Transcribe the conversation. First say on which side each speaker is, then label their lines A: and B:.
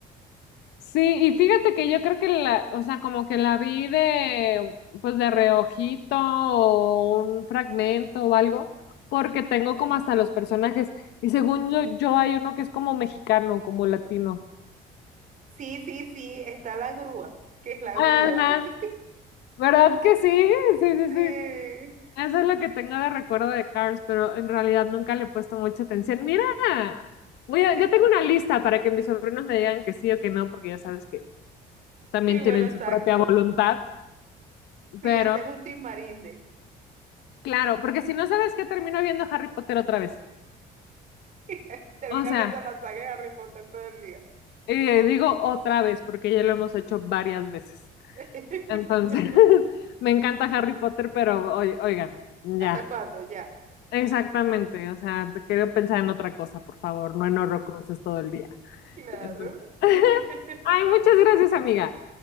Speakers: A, on the left; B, on the right.
A: Sí, y fíjate que yo creo que la, o sea, como que la vi de, pues de reojito o un fragmento o algo, porque tengo como hasta los personajes. Y según yo, yo hay uno que es como mexicano, como latino.
B: Sí, sí, sí, está la grúa, que es la
A: Ajá,
B: grúa. <laughs>
A: ¿verdad que sí? Sí, sí,
B: Sí.
A: sí. Eso es lo que tengo de recuerdo de Cars, pero en realidad nunca le he puesto mucha atención. Mira, voy
B: <laughs>
A: a- ya tengo una lista para que mis sobrinos me digan que sí o que no, porque ya sabes que también
B: Sí, bueno,
A: tienen
B: exacto.
A: su propia voluntad,
B: Sí,
A: pero...
B: haces un team marinde.
A: Claro, porque si no sabes qué termino viendo Harry Potter otra vez.
B: <laughs> Termina
A: O sea,
B: viendo la saga de Harry Potter todo el día.
A: eh, digo otra vez porque ya lo hemos hecho varias veces.
B: <laughs>
A: Entonces, <laughs> me encanta Harry Potter, pero oi- oigan, ya,
B: ¿Hasta cuándo? Ya.
A: exactamente. O sea, te quiero pensar en otra cosa, por favor, no en Horrocruxes todo el día.
B: Claro.
A: Entonces, <laughs>
B: <laughs>
A: ay, muchas gracias, amiga.